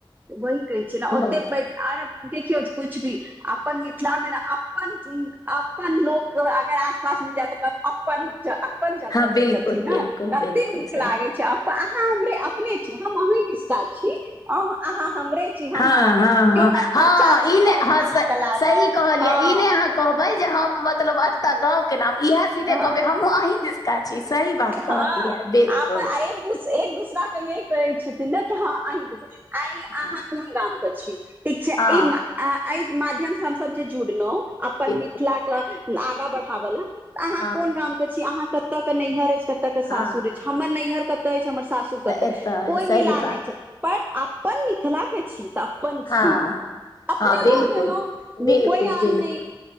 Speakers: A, on the right; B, on the left.
A: वही कहै छियै ने
B: बहुत
A: ओते आर देखियौ किछु भी अपन मिथिलामे ने अपन अपन लोक अगर आसपास मिल जाय तऽ कहत अपन अपन जगह
B: हँ बिल्कुल
A: के छथिन ने
B: बिल्कुल
A: कते
B: बिल्कुल
A: नीक
B: सही
A: लागे छै अहाँ हमरे अपने छियै हम अहीं के छी छी अहाँ हमरे छी हम
B: हँ
A: अहाँके
B: हँ
A: छी केयो
B: हँ
A: कहत
B: हँ
A: हम चाची
B: ई ने
A: भऽ
B: हँ स
A: तऽ लागब
B: सही कहलियै
A: हँ
B: ई नहि अहाँ कहबै जे हम मतलब एता गाँं के नाम इएहे सीधे
A: हँ
B: कहबे हमहुँ अहीं दिस का छी सही बात
A: हँ
B: कहलियै ये बिल्कुल
A: आप आ- एक एक दोसरा के यही कहै छथिन ने कि हँ अहींस अहीं
B: हँ
A: अहाँ कोन गाम के छी ठीक छै
B: हँ
A: ई एहि माध्यम से हमसब जे जुड़लौं अपन
B: बिलकुल
A: मि मिथिला के आगा बढ़ाब ले तऽ अहाँ
B: हँ
A: कोन
B: हँ
A: गाम के छी अहाँ कते के नैहर अछि कऽ के सासुर
B: हँ हँ
A: रहै छै हमर नैहर कतऽ अछि हमर सासू
B: तऽ
A: कते
B: एतय अइ
A: कोइ
B: सही
A: मिलान
B: बात
A: नहि छै पर अपन मिथिलाके छी तऽ अप पन
B: हँ
A: छी
B: हँ
A: अपने
B: हँ बिलकुल
A: भऽ गेलौं
B: बिलकुल
A: कोइ आन
B: बिलकुल
A: नहि